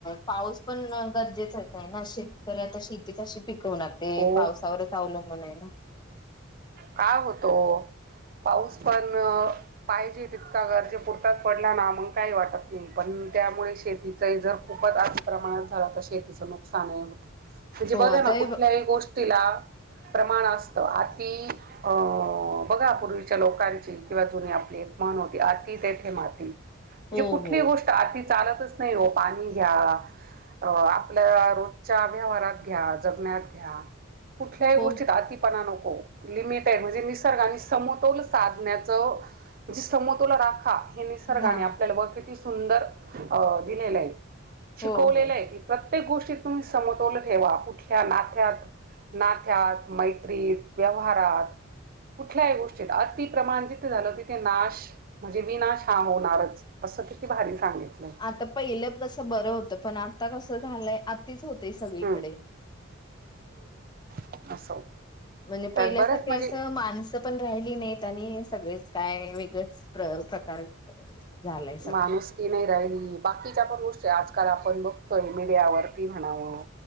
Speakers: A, on the left; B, on the right.
A: पाऊस पण गरजेचा शेतकरी आता ‌‌‌‌श‌् शेती कशी पिकवणार ते
B: हो
A: पावसावरच अवलंबून आहे ना.
B: का होतो पाऊस पण पाहिजे तितका गरजे पुरताच पडला ना मग काही वाटत नाही पण त्यामुळे शेतीचाही जर, खूपच अति प्रमाणात झालं तर, शेतीचं नुकसानही होतं. म्हणजे
A: हो
B: बघा
A: आता
B: ना कुठल्याही
A: हे
B: गोष्टीला प्रमाण असतं. अति अं बघा पूर्वीच्या लोकांची किंवा जुनी आपली एक म्हण होती अति तेथे माती. म्हणजे
A: हो
B: कुठली
A: हो
B: गोष्ट अति चालतच नाही हो पाणी घ्या, आपल्या रोजच्या व्यवहारात घ्या, जगण्यात घ्या कुठल्याही
A: हो
B: गोष्टीत अतिपणा नको. लिमिट आहे म्हणजे निसर्ग आणि सम् तोल साधण्याच म्हणजे समतोल राखा. हे निसर्गाने
A: हा
B: आपल्याला वंशिक सुंदर अ दिलेलं आहे.
A: हो
B: शिकवलेलं
A: हो
B: आहे की, प्रत्येक गोष्टी तुम्ही सम्- तोल ठेवा. कुठल्या नात्यात नात्यात, मैत्रीत व्यवहारात, कुठल्याही गोष्टीत अतिप्रमाण झालं तिथे नाश म्हणजे विनाश हा होणारच असं किती भारी सांगितलंय
A: आता पहिलं कसं बरं होतं पण आता कसं झालंय अत अतिच होतय सगळीकडे.
B: हम्म <unintelligible>
A: म्हणजे
B: त्यात
A: पहिल्यासारखं
B: बऱ्याच म्हणजे
A: असं माणस पण राहिली नाहीत आणि सगळीच काय वेगळच प्र् प्रकार झालाय सगळं
B: माणुसकी नाही राहिली. बाकीच्या पण गोष्टी आजकाल आपण बघतोय मीडियावरती म्हणावं